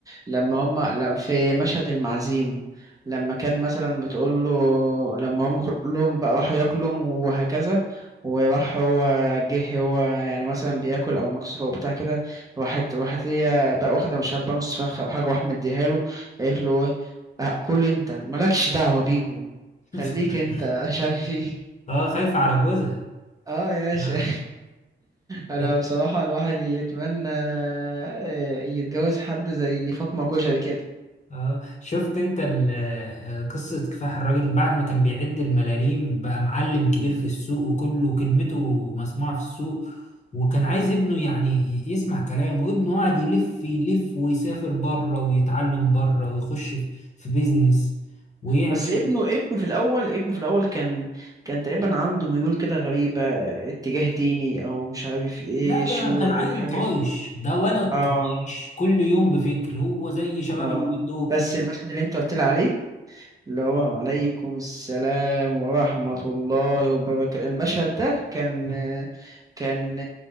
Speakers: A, on the right; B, on the left.
A: لما هما لا، في مشهد المعزيم لما كان مثلا بتقول له لما هم كلهم بقى راحوا ياكلوا وهكذا وراح هو جه هو يعني مثلا بياكل او مكسوف او بتاع كده راحت راحت هي بقى واخده مشبع نص فرخه او حاجه واحد مديها له قالت له ايه آه، كل انت مالكش دعوه بيهم
B: <laughs>
A: خليك انت مش عارف ايه
B: اه خايفة على جوزها
A: اه يا باشا
B: آه.
A: <laughs> انا
B: <laughs>
A: بصراحة الواحد يتمنى آه، يتجوز حد زي فاطمة كشري كده
B: اه شفت انت ال- آه، قصة كفاح الراجل بعد ما كان بيعد الملاليم بقى معلم كبير في السوق وكله كلمته مسموعة في السوق وكان عايز ابنه يعني ي- يسمع كلامه وابنه قاعد يلف يلف ويسافر بره ويتعلم بره ويخش في في بيزنس ويعمل
A: بس ابنه ابنه في الاول ابنه في الاول كان كان تقريبا عنده ميول كده غريبة اتجاه ديني او مش عارف ايه
B: لا ده
A: شيوعي
B: كان عيل
A: حاجة
B: طايش
A: ش-
B: ده ولد
A: اه
B: طايش كل يوم بفكر هو زي شباب
A: اه
B: اليومين
A: بس المشهد اللي انت قلت لي عليه اللي هو عليكم السلام ورحمة الله وبركاته المشهد ده كان
B: دول
A: كان